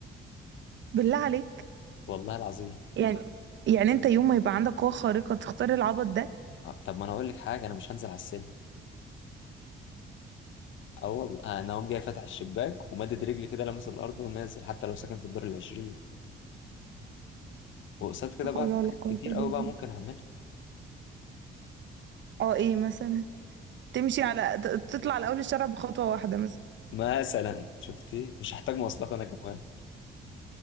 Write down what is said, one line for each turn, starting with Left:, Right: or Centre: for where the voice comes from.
Right: بالله عليك
Left: والله العظيم
Right: يعني يعني انت يوم ما يبقى عندك قوة خارقة تختار العبط ده
Left: آه، طب ما انا اقول لك حاجه انا مش هنزل على السلم اه والله آه، انا اقوم جاي فاتح الشباك ومدد رجلي كده لامس الارض ونازل حتى لو ساكن في الدور العشرين وقصاد كده
Right: لا
Left: بقى
Right: حول
Left: في
Right: ولا
Left: حاجات
Right: قوة
Left: كتير
Right: الا
Left: قوي
Right: بالله
Left: بقى ممكن اعملها
Right: اه ايه مثلا تمشي على ت- تطلع على اول الشارع بخطوة واحدة مثلا
Left: مثلا شفتي مش هحتاج مواصلات انا كمان